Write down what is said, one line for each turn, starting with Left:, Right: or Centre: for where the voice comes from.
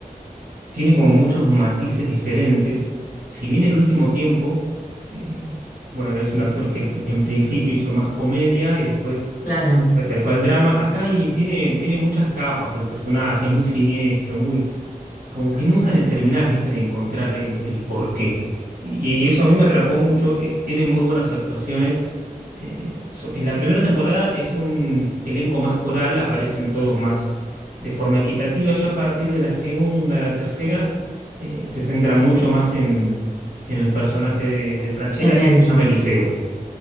Right: tiene como muchos matices diferentes. Si bien el último tiempo, eh, bueno, él es un actor que en principio hizo más comedia y después
Left: claro,
Right: se acercó al drama, acá y tiene, tiene muchas capas el personaje, es muy siniestro, muy, como que nunca le terminás, viste, de encontrar el, el porqué. Y, y eso a mí me atrapó mucho. eh, tiene muy buenas actuaciones. Eh, so- en la primera temporada es un elenco más coral, aparecen todos más de forma equitativa. Ya a partir de la segunda, la tercera, eh, se centra mucho más en, en el personaje de, de Francella
Left: en él.
Right: que se llama Eliseo.